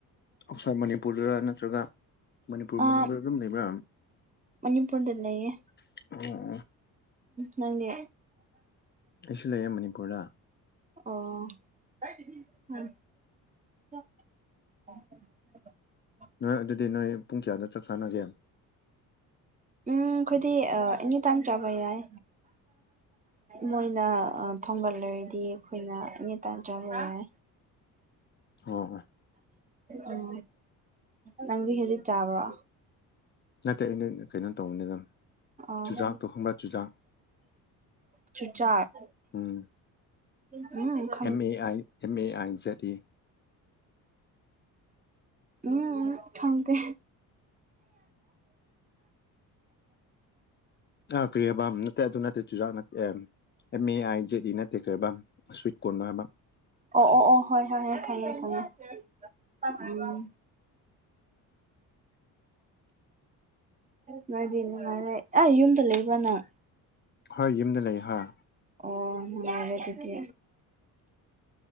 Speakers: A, on the left (about 30°); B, on the right (about 20°).
A: ꯑꯥꯎꯠꯁꯥꯏꯠ ꯃꯅꯤꯄꯨꯔꯗ ꯅꯠꯇ꯭ꯔꯒ ꯃꯅꯤꯄꯨꯔ
B: ꯑꯥ
A: ꯃꯅꯨꯡꯗ ꯑꯗꯨꯝ ꯂꯩꯕ꯭ꯔꯥ
B: ꯃꯅꯤꯄꯨꯔꯗ ꯂꯩꯌꯦ
A: ꯑꯣ
B: ꯅꯪꯗꯦ
A: ꯑꯩꯁꯨ ꯂꯩꯌꯦ ꯃꯅꯤꯄꯨꯔꯗ
B: ꯑꯣ <unintelligible> <inaudible>
A: ꯅꯣꯏ ꯑꯗꯨꯗꯤ ꯅꯣꯏ ꯄꯨꯡ ꯀꯌꯥꯗ ꯆꯥꯛ ꯆꯥꯟꯅꯒꯦ
B: ꯎꯝ ꯑꯩꯈꯣꯏꯗꯤ ꯑꯦꯅꯤ ꯇꯥꯏꯝ ꯆꯥꯕ ꯌꯥꯏ ꯃꯣꯏꯅ ꯊꯣꯡꯍꯜꯂꯦ ꯑꯩꯗꯤ ꯑꯩꯈꯣꯏꯅ ꯑꯦꯅꯤ ꯇꯥꯏꯝ ꯆꯕ ꯌꯥꯏ
A: ꯍꯣꯏ ꯍꯣꯏ
B: ꯎꯝ ꯅꯪꯗꯤ ꯍꯧꯖꯤꯛ ꯆꯥꯕ꯭ꯔꯣ
A: ꯅꯠꯇꯦ ꯑꯩꯅ ꯀꯩꯅꯣ ꯇꯧꯕꯅꯤꯗ
B: ꯑꯥ
A: ꯆꯨꯖꯥꯛꯇꯣ ꯈꯪꯕ꯭ꯔꯥ ꯆꯨꯖꯥꯛ
B: ꯆꯨꯆꯥꯔ
A: ꯎꯝ
B: ꯎꯝ
A: ꯑꯦꯝ ꯑꯦ ꯑꯥ ꯑꯦꯝ ꯑꯦ ꯑꯥꯏꯖꯦꯠ ꯏ
B: ꯎꯝ ꯈꯪꯗꯦ <unintelligible>
A: ꯑꯥ ꯀ꯭ꯔꯤꯌꯦꯕꯝ ꯅꯠꯇꯦ ꯑꯗꯨ ꯅꯠꯇꯦ ꯆꯨꯖꯥꯛ ꯅꯠꯇꯦ ꯑꯦꯝ ꯑꯦ ꯑꯥꯏ ꯖꯦꯠ ꯏ ꯅꯠꯇꯦ ꯀꯩꯍꯥꯏꯕ ꯁ꯭ꯋꯤꯠ ꯀꯣꯔꯟ ꯍꯥꯏꯕ
B: ꯑꯣ ꯑꯣ ꯑꯣ ꯍꯣꯏ ꯍꯣꯏ ꯍꯣꯏ ꯐꯪꯉꯦ ꯐꯪꯉꯦ ꯎꯝ ꯅꯣꯏꯗꯤ ꯅꯨꯡꯉꯥꯏꯔꯦ ꯑꯩ ꯌꯨꯝꯗ ꯂꯩꯕꯔꯥ ꯅꯪ
A: ꯍꯣꯏ ꯌꯨꯝꯗ ꯂꯩ ꯍꯣꯏ
B: ꯑꯣ ꯅꯨꯡꯉꯥꯏꯔꯦ ꯑꯗꯨꯗꯤ